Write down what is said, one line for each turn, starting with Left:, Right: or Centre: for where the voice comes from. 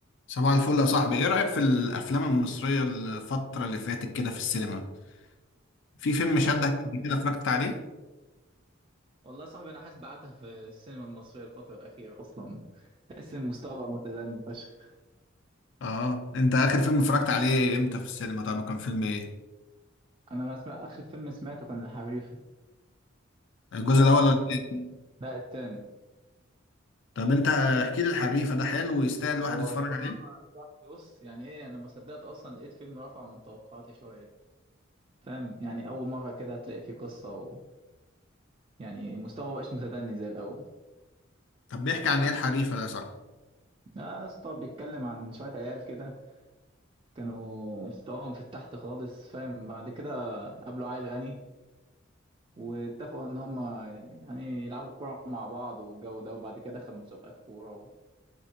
Left: صباح الفل يا صاحبي ايه رأيك في الافلام المصرية الفترة اللي فاتت كده في السينما في فيلم
Right: والله
Left: شدك
Right: صح
Left: قبل كده اتفرجت عليه
Right: والله صاحبي انا حاسس بعتها في السينما المصريه الفتره الاخيره اصلا تحس ان المستوى متدني فشخ
Left: اه انت اخر فيلم اتفرجت عليه امتى في السينما طب وكان فيلم ايه
Right: انا ما اسمع اخر فيلم سمعته كان الحريفه
Left: الجزء
Right: حريفه
Left: الاول
Right: اتنين
Left: ولا التاني
Right: لا التاني
Left: طب انت احكي لي الحريفة ده حلو ويستاهل الواحد
Right: هو
Left: يتفرج
Right: صعب-
Left: عليه
Right: صعب. بص يعني ايه انا ما صدقت اصلا لقيت فيلم رفع من توقعاتي شويه فاهم يعني اول مره كده هتلاقي فيه قصه و... يعني المستوى ما بقاش متدني زي الاول
Left: طب بيحكي عن ايه الحريفة ده يا صاحبي
Right: لا يا اسطى بيتكلم عن شويه عيال كده كانوا مستواهم في التحت خالص فاهم بعد كده قابلوا عيل غني واتفقوا ان هم يعني يلعبوا كوره مع بعض والجو ده وبعد كده دخلوا مسابقات كوره و...